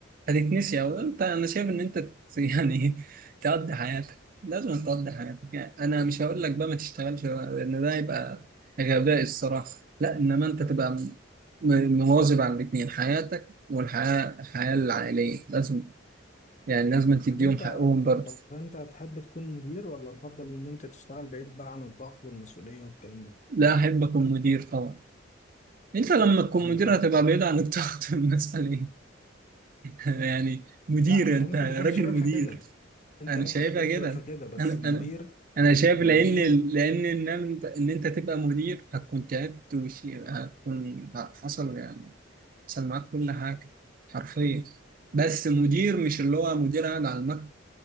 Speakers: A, on the right; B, on the left.
A: هتتنسي او انت انا شايف ان انت ت- <laughs> يعني تقضي حياتك لازم تقضي حياتك يعني انا مش هقول لك بقى ما تشتغلش لان ده يبقى غباء الصراحه لا انما انت تبقى م- م- مواظب على الاثنين حياتك والحياه الحياه العائليه لازم يعني لازم تديهم
B: طب انت
A: حقهم برضه
B: طب انت تحب تكون مدير ولا تفضل ان انت تشتغل بعيد بقى عن الضغط والمسؤولية والكلام ده
A: لا احب اكون مدير طبعا انت لما تكون
B: انا
A: مدير هتبقى بعيد عن الضغط <laughs> والمسؤوليه يعني مدير
B: لا انت
A: انت
B: ممكن
A: راجل
B: تكون شايفها
A: مدير
B: كده انت
A: انا
B: ممكن
A: شايفها
B: تكون
A: كده
B: شايفها كده بس
A: انا
B: المدير
A: انا انا شايف لان
B: المدير
A: لان ان انت ان انت تبقى مدير هتكون تعبت وش هتكون حصل يعني حصل معاك كل حاجه حرفيا بس مدير مش اللي هو مدير قاعد على المكتب